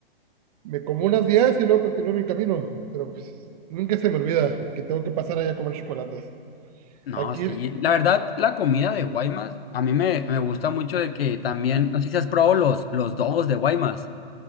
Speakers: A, on the right; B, on the left.
A: Me como unas 10 y luego continúo mi camino, pero pues, nunca se me olvida que tengo que pasar allá a comer chocolates.
B: No,
A: Aquí,
B: sí, la verdad, la comida de Guaymas, a mí me, me gusta mucho de que también, no sé si has probado los, los dogos de Guaymas.